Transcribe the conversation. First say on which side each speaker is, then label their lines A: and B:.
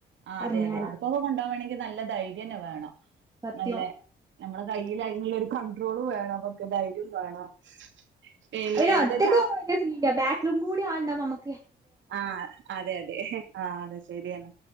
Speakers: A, on the right; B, on the right.
A: ആ
B: എറങ്ങിയാല്
A: അതെ അതെ അതക്കൊക്കെ കൊണ്ട വണമെങ്കിൽ നല്ല ധൈര്യം വേണം
B: സത്യം.
A: നല്ല നമ്മളെ കയ്യിൽ അതിനുള്ളൊരു കണ്ട്രോള് വേണം പക്കെ ധൈര്യം വേണം പിന്നെ
B: അയിന്‌
A: എന്താ
B: ഒറ്റക്ക്
A: ചാ
B: പോവാൻവല്യസീൻ ഇല്ല ബാക്കിലും കൂടി ആള് ഉണ്ടാക്കുമ്പോ
A: ആ അതെ അതെ ആ അതെ ശരിയന്നെ